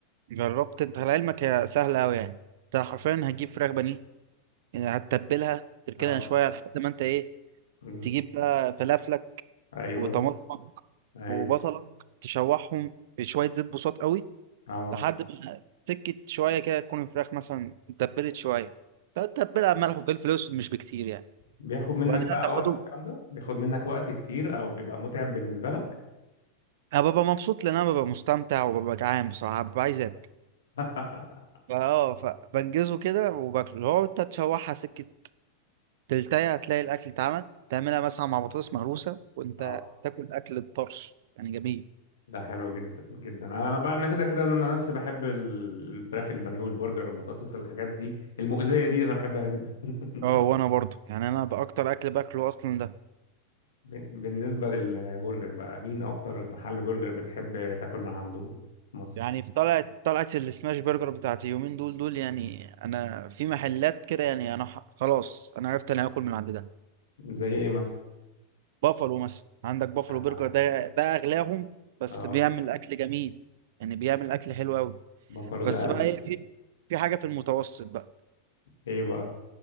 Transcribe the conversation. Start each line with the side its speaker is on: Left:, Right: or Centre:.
Right: جربت انت لعلمك هي سهلة اوي يعني انت حرفيا هتجيب فراخ بانيه يعني هتتبلها تركنها
Left: اه
Right: شوية لحد ما انت ايه
Left: امم
Right: تجيب بقى فلافلك
Left: ايوه
Right: وطماطمك
Left: ايوه
Right: وبصلك تشوحهم في شوية زيت بسيط قوي
Left: اه
Right: لحد ما سكت شوية كده تكون الفراخ مثلا اتبلت شوية تتبلها ملح وفلفل اسود مش بكتير يعني
Left: بياخد منك
Right: وبعدين
Left: بقى
Right: هتاخدهم
Left: وقت الكلام ده بياخد منك وقت كتير او بيبقى متعب بالنسبه لك
Right: انا ببقى مبسوط لان انا ببقى مستمتع وببقى جعان بصراحه ببقى عايز اكل
Left: <laughs>
Right: فاه فبنجزه كده وباكله لو انت تشوحها سكه تلتايه هتلاقي الاكل اتعمل تعملها مثلا مع بطاطس مهروسه وانت
Left: اه
Right: تاكل اكل الطرش يعني جميل
Left: ده حلو جدا جدا انا أنا بقى انا كده كده انا نفسي بحب ال- الفراخ البانيه والبرجر والبطاطس الحاجات دي المؤذيه دي انا بحبها جدا <laughs>
Right: اه وانا برضو يعني انا باكتر اكل باكله اصلا ده
Left: بال- بالنسبه للبرجر بقى مين اكتر محل برجر بتحب تاكل من عنده في مصر
Right: يعني في طلعت طلعت السماش برجر بتاعتي يومين دول دول يعني انا في محلات كده يعني انا ح- خلاص انا عرفت انا هاكل من عند ده
Left: زي ايه مثلا
Right: بافلو مثلا عندك بافلو
Left: يا
Right: برجر
Left: نهار أبيض.
Right: ده ده اغلاهم بس
Left: اه
Right: بيعمل اكل جميل يعني بيعمل اكل حلو قوي
Left: بافالو ده
Right: بس
Left: قلب
Right: بقى ايه في في حاجه في المتوسط بقى
Left: ايه بقى